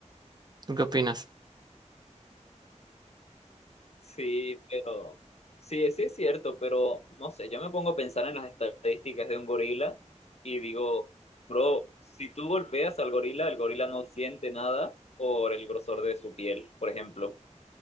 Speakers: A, on the right; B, on the left.
A: ¿Tú qué opinas?
B: Sí, pero sí, sí es cierto, pero no sé, yo me pongo a pensar en las estadísticas de un gorila y digo, bro, si tú golpeas al gorila, el gorila no siente nada por el grosor de su piel, por ejemplo,